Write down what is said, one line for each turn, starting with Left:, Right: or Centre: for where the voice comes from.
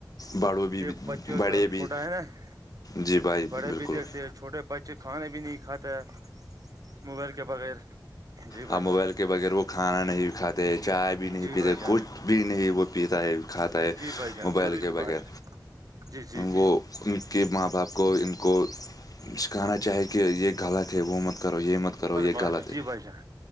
Left: بڑوں بھی
Right: ج بچوں
Left: بڑے
Right: جو چھوٹا
Left: بھی
Right: ہے نا <inaudible>
Left: جی بھائی
Right: بڑے
Left: بالکل
Right: بھی دیکھتے ہیں چھوٹے بچے کھانے بھی نہیں کھاتے ہے موبائل کے بغیر <inaudible>
Left: ہ
Right: بھائی جان
Left: موبائل کے بغیر وہ کھانا نہیں کھاتے چائے بھی نہیں
Right: جی
Left: پیتے
Right: بھائی جان
Left: کچھ بھی نہیں وہ پیتا ہے کھاتا ہے
Right: جی بھائی جان
Left: موبائل
Right: ضروری
Left: کے بغیر
Right: بات ہے جی جی جی
Left: وہ ان کے ماں باپ کو ان کو <inaudible> سکھانا چاہے کہ یہ غلط ہے وہ مت کرو یہ مت کرو یہ
Right: بات
Left: غلط ہے
Right: جی بھائی جان